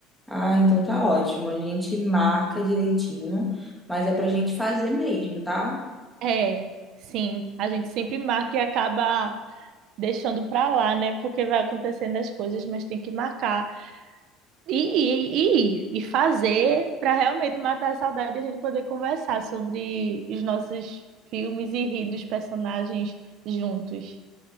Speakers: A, in the centre; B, on the right.
A: Ah, então tá ótimo. A gente marca direitinho, mas é pra gente fazer mesmo, tá?
B: É, sim. A gente sempre marca e acaba deixando pra lá, né? Porque vai acontecendo as coisas, mas tem que marcar e ir, e, ir, e fazer pra realmente matar a saudade e a gente poder conversar sobre os nossos filmes e rir dos personagens juntos.